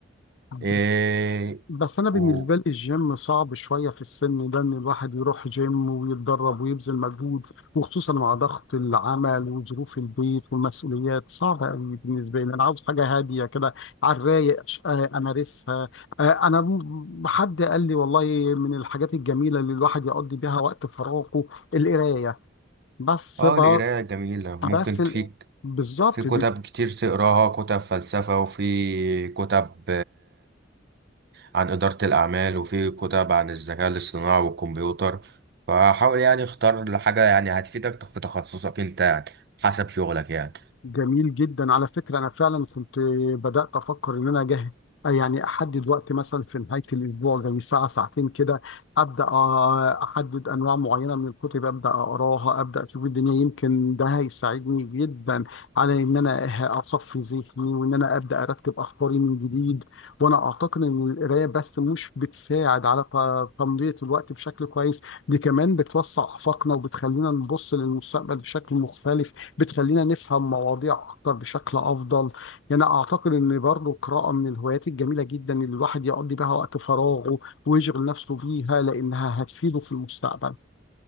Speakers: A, on the left (about 75°); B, on the right (about 60°).
A: بس
B: إيه
A: بس انا
B: و...
A: بالنسبه لي الجيم صعب شويه في السن ده ان الواحد يروح جيم ويتدرب ويبذل مجهود وخصوصا مع ضغط العمل وظروف البيت والمسؤوليات صعبه قوي بالنسبه لي انا عاوز حاجه هاديه كده على الرايق ش- آه، امارسها آه، انا م- حد قال لي والله من الحاجات الجميله اللي الواحد يقضي بيها وقت فراغه القرايه بس
B: اه
A: بر...
B: القراية جميلة ممكن
A: بس ال...
B: فيك
A: بالظبط
B: في كتب كتير تقراها كتب فلسفة وفي كتب عن إدارة الأعمال وفي كتب عن الذكاء الاصطناعي والكمبيوتر فحاول يعني اختار لحاجة يعني هتفيدك في تخصصك أنت يعني حسب شغلك يعني
A: جميل جدا على فكرة أنا فعلا كنت بدأت أفكر إن أنا أجهز يعني أحدد وقت مثلا في نهاية الأسبوع زي ساعة ساعتين كده أبدأ آه، أحدد أنواع معينة من الكتب أبدأ أقراها أبدأ أشوف الدنيا يمكن ده هيساعدني جدا على إن أنا ه- أصفي ذهني وإن أنا أبدأ أرتب أفكاري من جديد وأنا أعتقد إن القراية بس مش بتساعد على ت- تمضية الوقت بشكل كويس دي كمان بتوسع آفاقنا وبتخلينا نبص للمستقبل بشكل مختلف بتخلينا نفهم مواضيع اكتر بشكل افضل يعني اعتقد ان برضو القراءه من الهوايات الجميله جدا اللي الواحد يقضي بها وقت فراغه ويشغل نفسه بيها لانها هتفيده في المستقبل